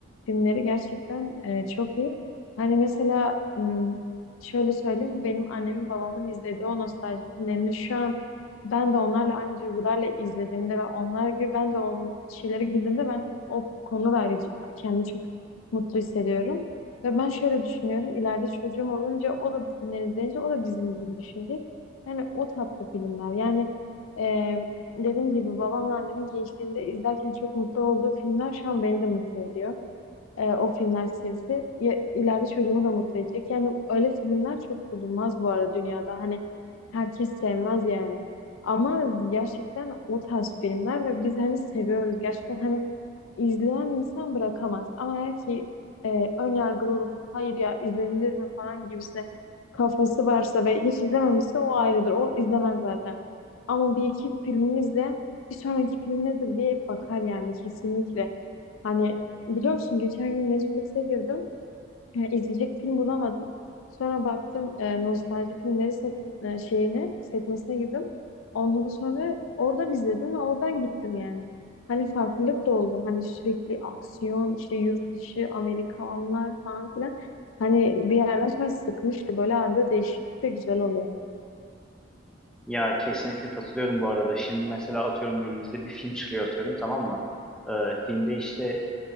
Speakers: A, on the left (about 80°); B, in the centre.
A: filmleri gerçekten e, çok iyi. Hani mesela m, şöyle söyleyeyim benim annemin babamın izlediği o nostalji filmlerini şu an ben de onlarla aynı duygularla izlediğimde ve onlar gibi ben de o şeylere güldüğümde ben o konuda da ayrıca kendimi çok mutlu hissediyorum. Ve ben şöyle düşünüyorum. ileride çocuğum olunca o da bu filmleri izleyince o da bizim gibi düşünecek. Yani o tatlı filmler. Yani e, dediğim gibi babamla annemin gençliğinde izlerken çok mutlu olduğu filmler şu an beni de mutlu ediyor e, o filmler serisi ya, ileride çocuğumu da mutlu edecek. Yani öyle filmler çok bulunmaz bu arada dünyada. Hani herkes sevmez yani. Ama gerçekten o tarz filmler ve biz hani seviyoruz. Gerçekten hani izleyen insan bırakamaz. Ama eğer ki e, ön yargılı olup hayır ya izlenilir mi falan gibisine kafası varsa ve hiç izlememişse o ayrıdır. O izlemez zaten. Ama bir iki filmini izleyen bir sonraki film nedir diye bakar yani kesinlikle. Hani Biliyor musun geçen gün Netflix'e girdim. E, izleyecek film bulamadım. Sonra baktım e, nostalji filmleri sek e, şeyine sekmesine girdim. Ondan sonra oradan izledim ve oradan gittim yani. Hani farklılık da oldu. Hani sürekli aksiyon, işte yurt dışı, Amerikanlar falan filan. Hani bir yerden sonra sıkmıştı. Böyle arada değişiklik de güzel oluyor.
B: Ya kesinlikle katılıyorum bu arada. Şimdi mesela atıyorum günümüzde bir film çıkıyor atıyorum tamam mı? Ee, filmde işte